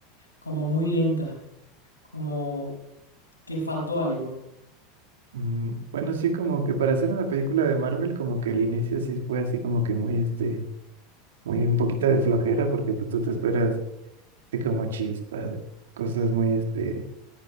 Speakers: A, on the left; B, on the right.
A: como muy lenta, como que faltó algo.
B: Mm, bueno, sí, como que para hacer una película de Marvel, como que el inicio sí fue así como que muy, este, muy un poquito de flojera, porque pues tú te esperas así como chispas, cosas muy, este,